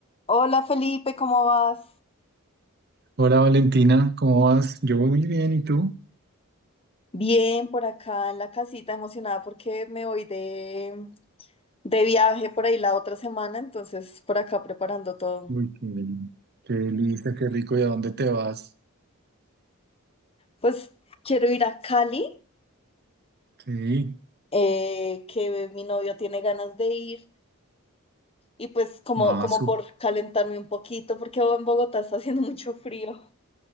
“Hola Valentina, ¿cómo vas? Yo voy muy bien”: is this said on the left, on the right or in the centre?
Right